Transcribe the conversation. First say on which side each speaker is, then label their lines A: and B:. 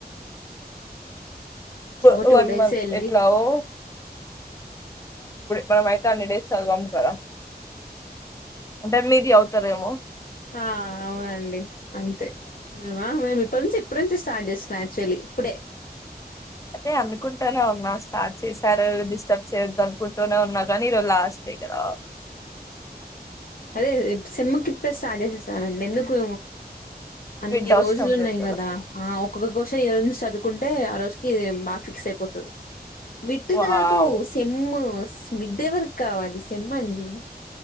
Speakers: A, on the left; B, on the left.
A: ఒక
B: అ
A: టూ
B: వన్
A: డేస్
B: మంత్
A: వెళ్ళి
B: ఎట్లాగో మేమైతే అన్ని డేస్ చదవం కదా అంటే మీరు చదువుతారేమో
A: ఆ అవునండి అంతే మేమ మేమిప్పటినుంచే ఇప్పునుంచే స్టార్ట్ చేస్తున్న అక్చుఅల్లీ ఇప్పుడే
B: అదే అనుకుంటానే ఉన్నా స్టార్ట్ చేసారు డిస్టర్బ్ చేయొద్దు అనుకుంటూనే ఉన్నా కానీ లాస్ట్ డే కదా
A: అదే సెమ్ముకిప్పుడే స్టార్ట్ చేసేస్తానండి ఎందుకూ అన్ని
B: విడ్ అవసరం
A: రోజులున్నాయి
B: లేదు
A: కదా ఆ ఒక్కొక్క క్యూషన్ ఈరోజునుంచి చదువు కుంటే ఆ రోజుకి బాగా ఫిక్స్ అయిపోతది మిడ్
B: వావ్
A: కాదు సిమ్ మిడేవరికి కావాలి సేమ్మండి